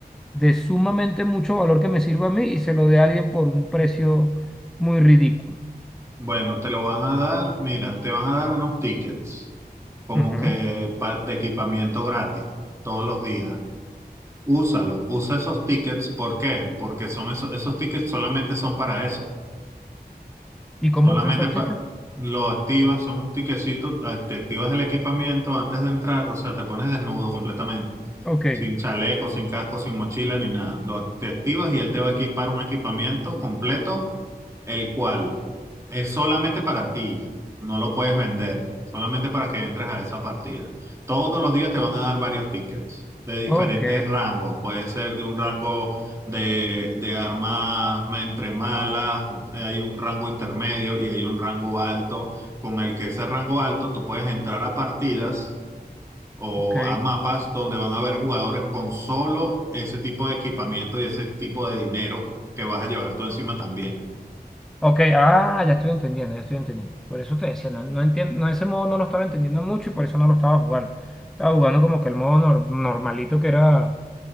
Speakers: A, in the centre; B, on the right.
A: de sumamente mucho valor que me sirva a mí y se lo dé a alguien por un precio muy ridículo.
B: Bueno, te lo van a dar, mira, te van a dar unos tickets como
A: Ujú.
B: que pa- de equipamiento gratis todos los días. Úsalos, usa esos tickets. ¿Por qué? Porque son esos, esos tickets solamente son para eso.
A: ¿Y cómo
B: Solamente
A: uso esos
B: pa-
A: tickets?
B: lo activas, son un tiquecito, a- te activas el equipamiento antes de entrar, o sea, te pones desnudo completamente.
A: Ok,
B: Sin chaleco, sin casco, sin mochila, ni nada. Lo, te activas y él te va a equipar un equipamiento completo, el cual es solamente para ti. No lo puedes vender, solamente para que entres a esa partida. Todos los días te van a dar varios tickets de diferentes
A: ok,
B: rangos. Puede ser de un rango de, de armas entre malas, hay un rango intermedio y hay un rango alto. Con el que ese rango alto tú puedes entrar a partidas o
A: ok.
B: a mapas donde van a haber jugadores con solo ese tipo de equipamiento y ese tipo de dinero que vas a llevar tú encima también.
A: Ok, ah, ya estoy entendiendo, ya estoy entendiendo. Por eso te decía, no, no entiendo, no, ese modo no lo estaba entendiendo mucho y por eso no lo estaba jugando. Estaba jugando como que el modo nor- normalito que era